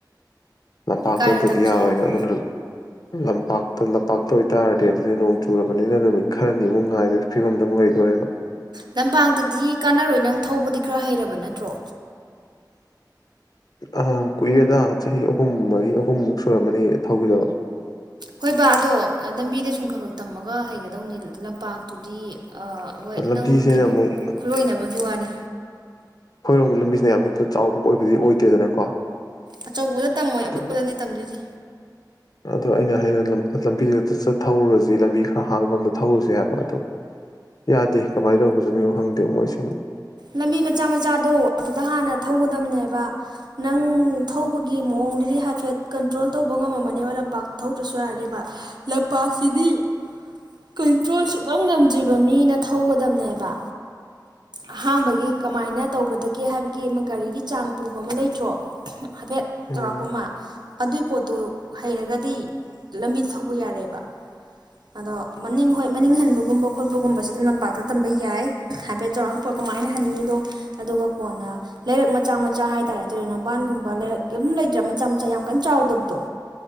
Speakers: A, on the left; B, on the right.
A: ꯂꯝꯄꯥꯛꯇꯅꯇꯗꯤ
B: ꯀꯥꯏꯗ ꯇꯝꯁꯦ
A: ꯌꯥꯔꯣꯏꯅ
B: ꯍꯥꯏꯕ
A: ꯑꯗꯨꯅ ꯂꯝ ꯄꯥꯛꯇ ꯂꯝꯄꯥꯛꯇ ꯑꯣꯏꯇꯥꯔ ꯇꯦ ꯑꯗꯨꯗꯤ ꯅꯣꯡ ꯆꯨꯔꯕꯅꯤꯅ ꯅꯨꯃꯤꯠ ꯈꯔꯅꯤꯃꯨꯛ ꯉꯥꯏꯕꯦ ꯐꯤꯕꯗ ꯑꯃꯨꯛ ꯂꯩꯗꯣꯔꯦꯕ꯫
B: ꯂꯝꯄꯥꯛꯇꯗꯤ ꯀꯥꯟꯅꯔꯣꯏ ꯅꯪ ꯊꯧꯕꯗꯤ ꯈꯔ ꯍꯩꯔꯕ ꯅꯠꯇ꯭ꯔꯣ꯫
A: ꯑꯥ ꯀꯨꯏꯔꯦꯗ ꯆꯍꯤ ꯑꯍꯨꯝ ꯃꯔꯤ ꯑꯍꯨꯝꯃꯨꯛ ꯁꯨꯔꯝꯃꯅꯤ ꯊꯧꯈꯤꯗꯕ꯫
B: ꯍꯣꯏ ꯕꯥ ꯑꯗꯣ ꯂꯝꯕꯤꯗ ꯁꯨꯝ ꯈꯛ ꯈꯛ ꯇꯝꯃꯒ ꯍꯩꯒꯗꯧꯅꯦ ꯂꯝꯄꯥꯛꯇꯨꯗꯤ ꯍꯣꯏ
A: ꯂꯝꯕꯤꯁꯤꯅ
B: ꯅꯪ ꯀꯩꯅꯣ
A: ꯑꯃꯨꯛ
B: ꯈꯨꯂꯣꯏꯅꯕꯒꯤ ꯋꯥꯅꯤ
A: ꯑꯩꯣꯏꯔꯣꯝꯒꯤ ꯂꯝꯕꯤꯁꯤꯅ ꯌꯥꯝ ꯍꯦꯛꯇ ꯆꯥꯎꯕ ꯑꯣꯏꯕꯗꯤ ꯑꯣꯏꯗꯦꯗꯅꯀꯣ
B: ꯑꯆꯧꯕꯗ ꯇꯝꯃꯣꯏ ꯑꯄꯤꯛꯄꯗꯅꯦ
A: ꯑꯗꯨꯅ
B: ꯇꯝꯗꯣꯏꯁꯦ
A: ꯑꯗꯣ ꯑꯩꯅ ꯑꯩꯅ ꯂꯝꯕꯤꯁꯤꯗ ꯆꯠ ꯊꯧꯔꯨꯔꯁꯤ ꯂꯝꯕꯤ ꯈꯔ ꯍꯥꯡꯕ ꯑꯝꯗ ꯊꯧꯔꯨꯁꯤ ꯍꯥꯏꯕ ꯑꯗꯣ ꯌꯥꯗꯦ ꯀꯃꯥꯏ ꯂꯧꯧ ꯐꯖꯅꯨ ꯈꯪꯗꯦ ꯃꯣꯏꯁꯦ
B: ꯂꯝꯕꯤ ꯃꯆꯥ ꯃꯆꯥꯗꯣ ꯑꯗꯨꯗ ꯍꯥꯟꯅ ꯊꯧꯒꯗꯝꯕꯅꯦꯕ ꯅꯪ ꯊꯧꯕꯒꯤ ꯃꯑꯣꯡꯗꯨꯗꯤ ꯍꯥꯏꯐꯦꯠ ꯀꯟꯇ꯭ꯔꯣꯜ ꯇꯧꯕ ꯉꯝꯃꯝꯃꯅꯦꯕ ꯂꯝꯄꯥꯛ ꯊꯧꯗ꯭ꯔꯁꯨ ꯌꯥꯔꯅꯦꯕ ꯂꯝꯄꯥꯛꯁꯤꯗꯤ ꯀꯟꯇ꯭ꯔꯣꯜ ꯁꯨꯅꯝ ꯉꯝꯗ꯭ꯔꯤꯕ ꯃꯤꯅ ꯊꯧꯒꯗꯝꯕꯅꯦꯕ ꯑꯍꯥꯥꯟꯕꯒꯤ ꯀꯃꯥꯏꯅ ꯇꯧꯒꯗꯒꯦ ꯍꯥꯏꯕꯒꯤ ꯑꯃ ꯒꯥꯔꯤꯒꯤ ꯆꯥꯡ ꯄꯨꯕ ꯑꯃ ꯂꯩꯇ꯭ꯔꯣ ꯍꯥꯏꯐꯦꯠ
A: ꯎꯝ
B: ꯆꯥꯎꯧꯔꯥꯛꯄ ꯑꯃ ꯑꯗꯨꯏ ꯄꯣꯠꯇꯨ ꯍꯩꯔꯒꯗꯤ ꯂꯝꯕꯤꯗ ꯊꯧꯕ ꯌꯥꯔꯦꯕ ꯑꯗꯣ ꯃꯅꯤꯡ ꯍꯣꯏ ꯃꯅꯤꯡ ꯍꯟꯕꯒꯨꯝꯕ ꯈꯣꯠꯄꯒꯨꯝꯕꯁꯦ ꯑꯗꯨꯝ ꯂꯝꯄꯥꯛꯇ ꯇꯝꯕ ꯌꯥꯏ ꯍꯥꯏꯐꯦꯠ ꯆꯥꯎꯔꯥꯛ ꯀꯃꯥꯏꯅ ꯍꯟꯅꯤꯗꯣ ꯑꯗꯨꯒ ꯀꯣꯟꯅ ꯂꯩꯔꯛ ꯃꯆꯥ ꯃꯆꯥ ꯍꯥꯏꯇꯥꯔꯦ ꯇꯨꯔꯦꯜ ꯃꯄꯥꯟꯒꯨꯝꯕ ꯂꯩꯔꯛ ꯑꯗꯨꯝ ꯂꯩꯇ꯭ꯔꯥ ꯃꯆꯥ ꯃꯆꯥ ꯌꯥꯝ ꯀꯟꯅ ꯆꯥꯎꯗꯕꯗꯣ